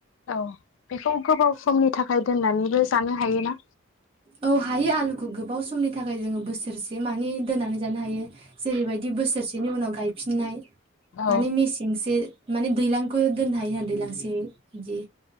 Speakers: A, on the left; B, on the right.
A: औ बेखौ गोबाव समनि थाखाय दोननानैबो जानो हायोना
B: औ हायो आलुखौ गोबाव समनि थाखाय जोंङो बोस बोसोरसे मानि दोननानै जानो हायो जेरैबायदि बोसोरसेनि उनाव गायफिननाय
A: औ
B: माने मेसेंसो माने दैलांखो दोननो हायो <inaudible> दैलांसै इदि